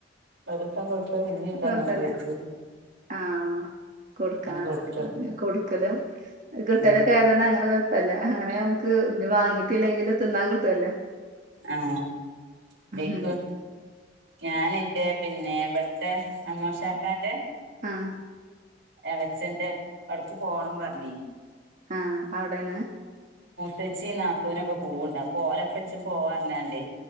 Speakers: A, on the right; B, on the right.
A: ഒരുത്തൻ കൊടുത്ത പിന്ന ഇണ്ട്
B: കൊഴപ്പല്ല
A: അങ്ങനെ ബാക്കിന്ന്
B: ആഹ് കൊടുക്കാന
A: കൊടുക്കും
B: അതിനും കൊടുക്കലും കിട്ടലൊക്കെ
A: ഉം
B: ആയതുകൊണ്ട് അങ്ങനെ കൊഴപ്പല്ല അങ്ങനെ നമു ക്ക് പിന്നാ വാങ്ങീട്ടില്ലെങ്കിൽ തിന്നാൻ കിട്ടുവല്ല
A: ആഹ് വീക്ക്
B: ഉം
A: ഞാനെന്റെ പിന്നെ ഇവിടുത്തെ അമ്മോഷാക്കാന്റെ
B: ആഹ്
A: അലക്സന്റെ ഇടക്ക് പോണം പറഞ്ഞിനി
B: ആഹ് അവിടെണ്
A: തെച്ചി നാത്തൂനക്ക പോവുണ്ട് അപ്പോ ഓലക്കച്ചും പോവാ അല്ലാണ്ട്